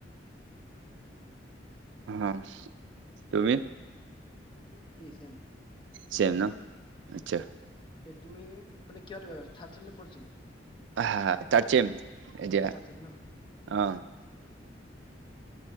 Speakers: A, on the left; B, on the right.
A: অ গ্ৰেজু গ্ৰেজুৱেচন
B: অ
A: অ ঠিকে
B: তুমি
A: আছে। ময়ো একেই চেম
B: চেম ন আচ্ছা
A: তুমি মানে কিয় থাট ছেম নে ফ'ৰ্থ ছেম
B: হা থাৰ্ড চেম এতিয়া আহ
A: থাৰ্ড ছেম ন
B: <unintelligible>
A: <inaudible>